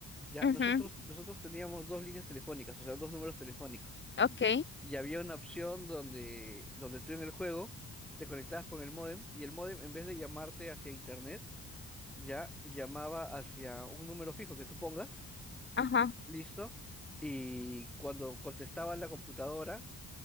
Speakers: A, in the centre; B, on the left.
A: ya
B: Ujú,
A: nosotros, nosotros teníamos dos líneas telefónicas, o sea, dos números telefónicos.
B: ok,
A: Y había una opción donde, donde tú en el juego te conectabas con el módem y el módem en vez de llamarte hacia internet, ya llamaba hacia un número fijo que tú pongas,
B: ajá,
A: listo, y cuando contestaba la computadora,